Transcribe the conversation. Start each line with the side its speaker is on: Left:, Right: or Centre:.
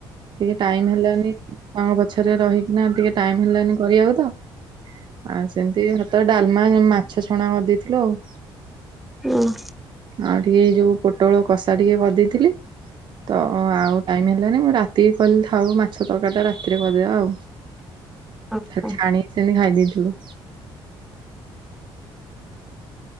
Right: ଟିକେ ଟାଇମ୍ ହେଲାନି, ମାଙ୍କ ପଛରେ ରହିକିନା ଟିକେ ଟାଇମ ହେଲାନି କରିଆକୁ ତ। ଆ ସେମ୍ତି ଭାତ, ଡାଲ୍ମା, ଉଁ ମାଛ ଛଣା କରିଦେଇଥିଲୁ ଆଉ।
Centre: ଓ ହଁ।
Right: ଆଉ ଟିକେ ଏଇ ଯୋଉ ପୋଟଳ କଷା ଟିକେ କରିଦେଇଥିଲି। ତ ଆଉ ଟାଇମ୍ ହେଲାନେଇଁ, ମୁଁ ରାତିକି କଇଲି ଥାଉ ମା ଛ ତରକାରି ଟା ରାତିରେ କରିଆ ଆଉ,
Centre: ହଁ
Right: ଖାଲି
Centre: ହଁ
Right: ଛାଣିକି ସେମିତି ଖାଇ ଦେଦେଇଥିଲୁ।